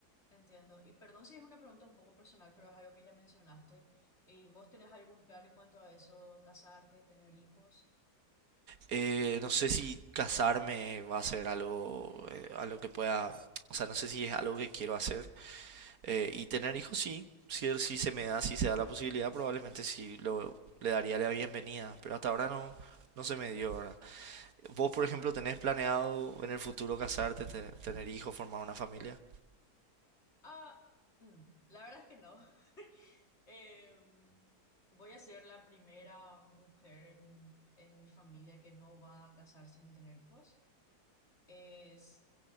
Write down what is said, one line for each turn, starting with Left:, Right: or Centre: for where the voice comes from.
Left: entiendo. Y perdón si es una pregunta un poco personal, pero es algo que ya mencionaste. ¿Y vos tenés algún plan en cuanto a eso, casarte, tener hijos?
Right: Eh, no sé si casarme va a ser algo, eh, algo que pueda, o sea, no sé si es algo que quiero hacer. Eh, y tener hijos, sí, si, er, si se me da, si se da la posibilidad, probablemente sí lo, le daría la bienvenida, pero hasta ahora no, no se me dio, ¿verdad? ¿Vos, por ejemplo, tenés planeado en el futuro casarte, te- tener hijos, formar una familia?
Left: Ah, mm, la verdad es que no. Eh, voy a ser la primera mujer en, en mi familia que no va a casarse sin tener hijos. Es,